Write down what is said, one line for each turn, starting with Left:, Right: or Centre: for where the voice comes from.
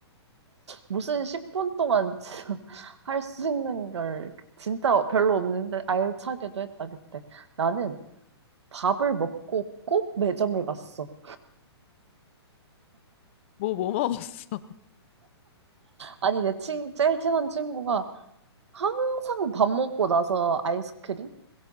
Right: 무슨 10분 동안 할 수 <laughs> 있는 걸 진짜 별로 없는데 알차게도 했다, 그때. 나는 밥을 먹고 꼭 매점을 갔어.
Left: 뭐 뭐 먹었어? <laughs>
Right: 아니, 내 친, 제일 친한 친구가 항상 밥 먹고 나서 아이스크림?